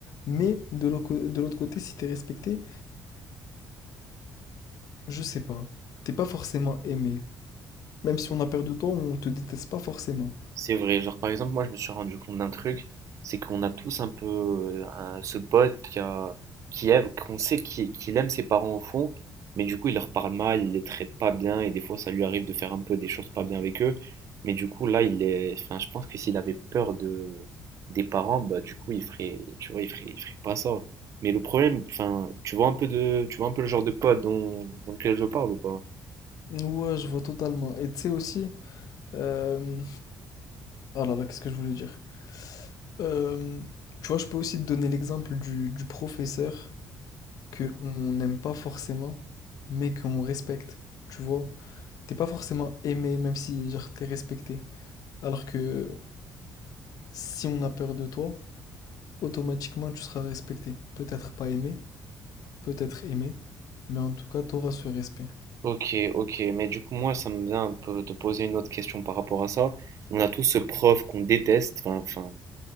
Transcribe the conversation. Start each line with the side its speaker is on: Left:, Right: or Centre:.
Left: Mais de l'au- de l'autre côté, si t'es respecté, je sais pas. T'es pas forcément aimé. Même si on a peur de toi, on te déteste pas forcément.
Right: C'est vrai, genre par exemple, moi je me suis rendu compte d'un truc, c'est qu'on a tous un peu euh, un- ce pote qui a, qui aime, qu'on sait qui- qu'il aime ses parents au fond, mais du coup il leur parle mal, il les traite pas bien, et des fois ça lui arrive de faire un peu des choses pas bien avec eux, mais du coup là il est, enfin je pense que s'il avait peur de des parents, bah du coup il ferait, tu vois, il ferait, il ferait pas ça. Mais le problème, enfin, tu vois un peu de, tu vois un peu le genre de pote dont, dont lequel je parle ou pas?
Left: Ouais, je vois totalement. Et tu sais aussi. Euh... Oh là là, qu'est-ce que je voulais dire? Euh, Tu vois, je peux aussi te donner l'exemple du, du professeur que on n'aime pas forcément, mais qu'on respecte. Tu vois? T'es pas forcément aimé, même si genre t'es respecté. Alors que si on a peur de toi, automatiquement tu seras respecté. Peut-être pas aimé, peut-être aimé, mais en tout cas tu auras ce respect.
Right: Ok, ok, mais du coup, moi, ça me vient un peu de poser une autre question par rapport à ça. On a tous ce prof qu'on déteste, enfin, enfin,